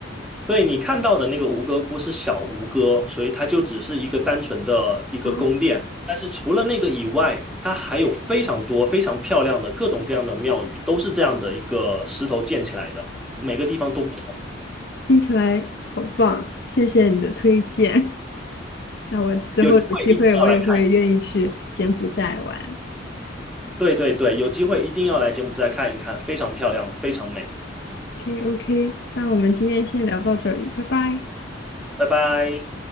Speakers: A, in the centre; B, on the left.
A: 对你看到的那个吴哥窟是小吴哥，所以它就只是一个单纯的一个宫殿。
B: 啊。
A: 但是除了那个以外，它还有非常多非常漂亮的各种各样的庙宇，都是这样的一个石头建起来的，每个地方都不同。
B: 听起来好棒，谢谢你的推荐。<laughs> 那我之后有机会我也会愿意去柬埔寨玩。
A: 有机会一定要来看，对对对，有机会一定要来柬埔寨看一看，非常漂亮，非常美。
B: OK OK，那我们今天先聊到这里，拜拜。
A: 拜拜。